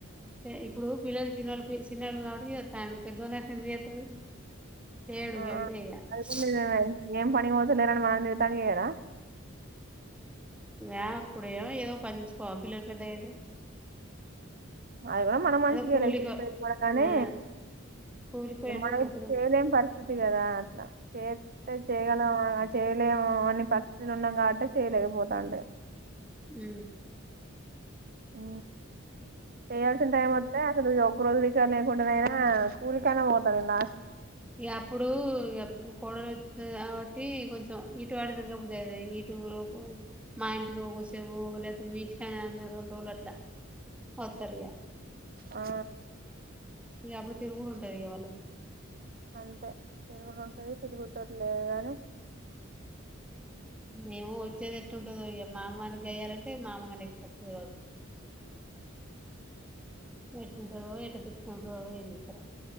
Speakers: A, in the centre; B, on the right (about 45°).
A: ఇప్పుడు పిల్లలు సినిలులు ఆవిడ చేస్తా పెద్దవాళ్ళ సిని చేతారు
B: ఆ అది
A: <unintelligible>
B: కూడా నిజమే ఏం పని పోదులేరని మనం తతానికి చెయ్యాడా
A: అప్పుడేమో ఏదో కొంచెం కోం పిల్లలు పెద్ద ఏద
B: అవి కూడా మనం మంచిగా
A: కూలికో
B: వెలా చెప్పేది కూడాగానీ
A: ఆ కూలికో
B: ఇ
A: ఏటో
B: మన
A: పోతనే
B: చేయలేని
A: ఉంటరు
B: పరిస్థితి కదా అట్లా చేస్త చేయగల చేయలే అని పస్లు ఉన్నాం కాబట్టి చేయలేకపోతాండి
A: ఉ
B: ఉ చేయయాల్సిన టైమ్ మంతే చలు వగ్రోజ టయినా స్కూలికనే పోతాంలా
A: అప్పుడు కూడు కాబట్టి కొంచెం ఇటువాడి దిరగ బుద్ది అ ఇటు మా ఇంటికి ఒకసేపు ట్ రెండలట్లా ఒతరయా
B: ఆ
A: యాభై తరు కూడా ఉంటది వాళ
B: అంతే తిరుగులో ఉంటుంది తిరుగుతూరు లేదు కానీ
A: మేము వచ్చేది ఎట్టు ఇ మామ నే గయాలంటే మామగంటే ఎక్కువ అత్తది కావచ్చు వెట్టుంటదో ఎట్ట తిట్టుకుంటరో ఏం చెత్తరో